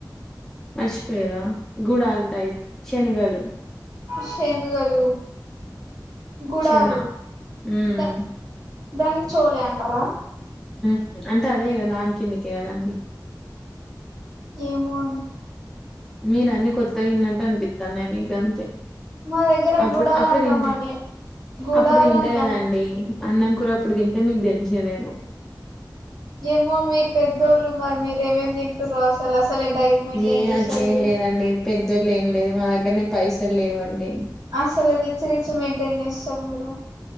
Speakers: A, in the centre; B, on the right.
A: మర్చిపోయరా గుడాల టైప్ శనిగలు
B: శనుగలు గుడాలు
A: చెన్న ఉమ్
B: గ దాన్ని చోలే అంటరా?
A: ఉహు అంటే అదేగ దాని కిందుకే అదండి
B: ఏమో అండి
A: మీరు అన్ని కొత్తగా విన్నట్టు అనిపిత్తన్నాయి మీద అంతే
B: మా దగ్గర
A: అప్పుడు
B: గుడాలు
A: అప్పుడు
B: అంటాం
A: తింటే
B: అండి గుడాలు
A: అప్పుడు తింటే
B: అంటాం
A: కదాండి. అన్నం కూరా అప్పుడు తింటే మీకు దేలిచేదేమో
B: ఏమో మీరు పెద్దోళ్ళు మరి మీర ఏమేమి తింటార అసలు అసలే డైట్ మెయింటైన్
A: ఏ
B: చేస్తారు
A: అట్లేం
B: మీరు
A: ఏం లేదండి పెద్దోళ్ళ ఏం లేదు మా దగ్గరనే పైసలు లేవండి
B: అసలు రిచ్ రిచ్ మెయింటైన్ చేస్తారు మీరు